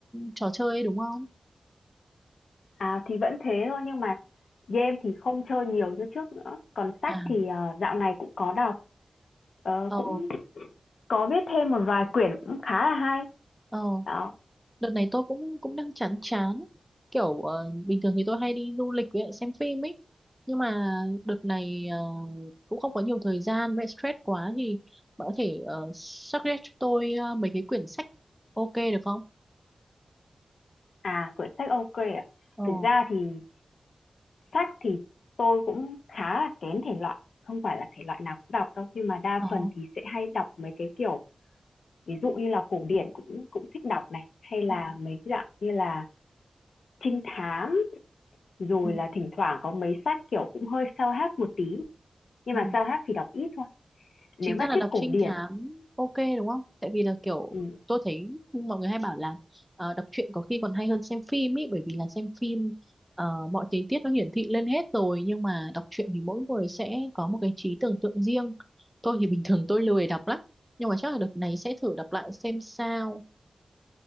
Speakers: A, in the centre; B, on the left.
A: trò chơi ấy, đúng không?
B: À thì vẫn thế thôi nhưng mà game thì không chơi nhiều như trước nữa. Còn sách
A: À,
B: thì ờ, dạo này cũng có đọc, ờ,
A: ờ,
B: cũng có biết thêm một vài quyển cũng khá là hay.
A: ờ.
B: Đó.
A: Đợt này tôi cũng cũng đang chán chán kiểu ờ, bình thường thì tôi hay đi du lịch với lại xem phim ấy nhưng mà đợt này ờ, cũng không có nhiều thời gian với lại stress quá thì bạn có thể ờ, suggest cho tôi ờ, mấy cái quyển sách ok được không?
B: À quyển sách ok ạ.
A: Ồ,
B: Thực ra thì Sách thì tôi cũng khá là kén thể loại, không phải là thể loại nào cũng đọc đâu, nhưng mà đa
A: ờ,
B: phần thì sẽ hay đọc mấy cái kiểu, ví dụ như là cổ điển cũng cũng thích đọc này, hay là
A: ừ,
B: mấy cái dạng như là trinh thám, rồi
A: ừ,
B: là thỉnh thoảng có mấy sách kiểu cũng hơi self-help một tí, nhưng
A: ừ.
B: mà self-help thì đọc ít thôi. Nếu
A: chính
B: mà
A: ra là
B: thích
A: đọc
B: cổ
A: trinh
B: điển,
A: thám ok đúng không tại vì là kiểu
B: ừm,
A: tôi thấy mọi người hay bảo là ờ, đọc truyện có khi còn hay hơn xem phim ý bởi vì là xem phim ờ, mọi tình tiết nó hiển thị lên hết rồi nhưng mà đọc truyện thì mỗi người sẽ có một cái trí tưởng tượng riêng tôi thì bình thường tôi lười đọc lắm nhưng mà chắc là đợt này sẽ thử đọc lại xem sao